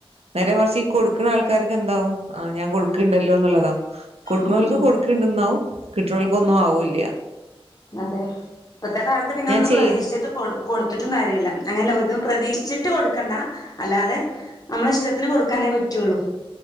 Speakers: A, on the right; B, on the left.
A: നേരെ മറിച്ച് ഈ കൊട്ക്ക്ണ ആൾക്കാര്ക്ക് എന്താവും. ആ ഞാൻ കൊടുക്ക്ണ്ടല്ലോ ന്ന്ള്ളതാ കൊട്ക്ക്ണോൽക്ക്
B: ഉം ഉം
A: കൊടുക്ക്ണ്ട്ന്നാവും കിട്ട്ണോൽക്ക് ഒന്നു
B: ഉം
A: ആവുല്ല്യ
B: അതെ ഇപ്പത്തെ കാലത്ത് പിന്നെ
A: ഞാൻ
B: ഒന്നും
A: ചെയ്യുന്ന
B: പ്രതീക്ഷിച്ചിട്ട് കൊടു കൊടുത്തിട്ടും കാര്യല്ല അങ്ങനെല്ല ഒന്നും പ്രതീഷി ച്ചിട്ട് കൊടുക്കണ്ട അല്ലാതെ നമ്മള ഇഷ്ടത്തിന് കൊടുക്കാനേ പറ്റൊള്ളൂ.